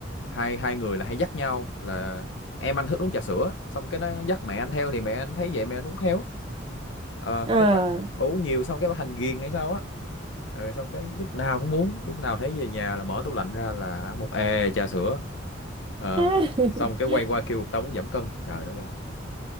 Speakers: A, on the left; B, on the right.
A: hai hai người là hay dắt nhau là em anh thích uống trà sữa xong cái nó dắt mẹ anh theo thì mẹ anh thấy vậy mẹ anh uống theo ờ
B: à
A: cái bà, bà uống nhiều xong cái bà thành ghiền hay sao á ờ, xong cái lúc nào cũng muốn lúc nào thấy về nhà là mở tủ lạnh ra là một ề trà sữa ờ
B: à. <laughs>
A: xong cái quay qua kêu tao muốn giảm cân trời đất ơi